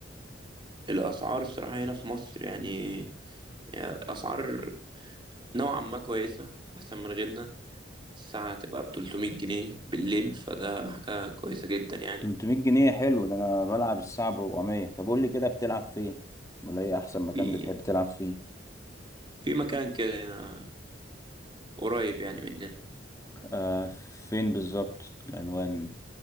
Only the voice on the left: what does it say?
300 جنيه حلو ده انا بلعب الساعة ب 400 طب قول لي كده بتلعب فين ولا ايه احسن مكان
بتحب تلعب فيه
آه فين بالظبط العنوان